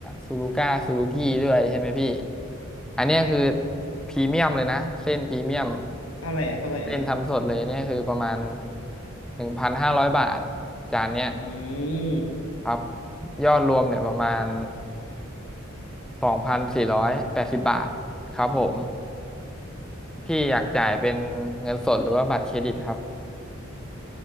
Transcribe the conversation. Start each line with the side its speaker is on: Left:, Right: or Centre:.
Centre: ซูรุก้าซูรุกี้ด้วยใช่ไหมพี่ อันเนี้ยคือ
Left: ใช่ครับ
Centre: พรีเมียมเลยนะเส้นพรีเมียม
Left: เท่าไหร่เท่าไหร่อันนี้
Centre: เส้นทำสดเลยเนี่ยคือประมาณหนึ่งพันห้าร้อยบาทจานเนี้ย
Left: อืม
Centre: ครับยอดรวมเนี่ยประมาณสองพันสี่ร้อยแปดสิบบาทครับผมพี่อยากจ่ายเป็นเงินสดหรือว่าบัตรเครดิตครับ